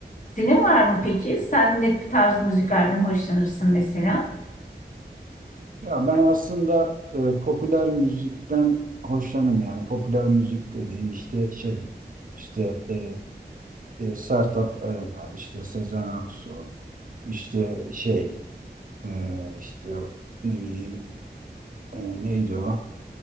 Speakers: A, on the left; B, on the right.
A: Senin var mı peki? Sen ne tarz müziklerden hoşlanırsın mesela?
B: Ya ben aslında e, popüler müzikten hoşlanım yani popüler müzik dediğim işte şey işte e, e, Sertab Erener işte Sezen Aksu işte şey e, işte ne bileyim e, neydi o